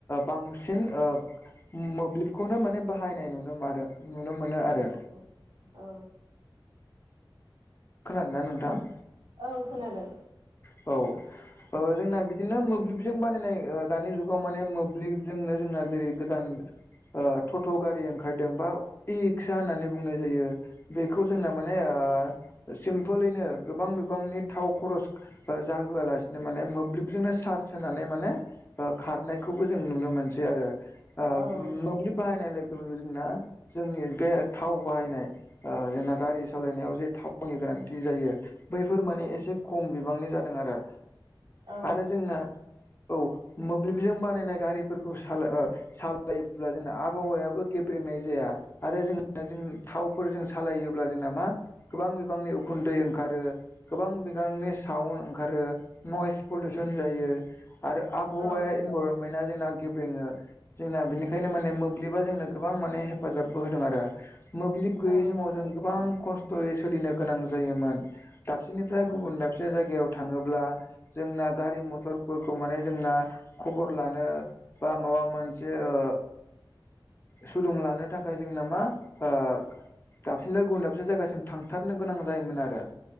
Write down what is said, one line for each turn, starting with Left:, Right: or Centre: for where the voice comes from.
Left: बांसिन ओ मोब्लिबखौनो माने बाहायनाय नुनो मारो नुनो मोनो आरो।।
Right: ओ
Left: खोनादोना नोंथां?
Right: औ खोनादों।
Left: औ ओ जोंना बिदिनो मोब्लिबजों बानायनाय ओ दानि जुगाव माने मोब्लिबजोंनो जोंना जेरै गोदान ओ टट' गारि ओंखारदों बा इ रिक्सा होननानै बुंनाय जायो। बेखौ जोंना माने ओ सिमपोलैनो गोबां बिबांनि थाव खरस जाहोआलासिनो माने मोब्लिबजोंनो चार्ज होनानै माने ओ खारनायखौबो जों नुनो मोनसै आरो। ओ
Right: औ
Left: मोब्लिब बाहायनाय लोग <unintelligible> ना जोंनि थाव बाहायनाय ओ जोंना गारि सालायनायाव जे थाव वनि गोनांथि जायो बैफोर माने एसे खम बिबांनि जादों आरो।
Right: औ
Left: आरो जोंना औ मोब्लिबजों बानायनाय गारिफोरखौ सालाय ओ सालायोब्ला जोंना आबहावायाबो गेब्रेंनाय जाया। आरो जोंना जों थावफोर जों सालायोब्ला जोंना मा गोबां बिबांनि उखुन्दै ओंखारो गोबां बिगांनि साउन्ड ओंखारो नयस पलिउसन जायो आरो आबहावाया
Right: औ
Left: इनभारनमेन्टआ जोंना गेब्रेङो। जोंना बेनिखायनो माने मोब्लिबा जोंनो गोबां माने हेफाजाबबो होदों आरो। मोब्लिब
Right: औ
Left: गैयै समाव जों गोबां खस्थ'यै सोलिनो गोनां जायोमोन। दाबसेनिफ्राय
Right: औ
Left: गुबुन दाबसे जायगायाव थाङोब्ला जोंना गारि मथरफोरखौ माने जोंना खबर लानो बा माबा मोनसे ओ सुलुं लानो थाखाय जोंना मा ओ दाबसेनिफाय गुबुन दाबसे जायगासिम थांथारनो गोनां जायोमोन आरो।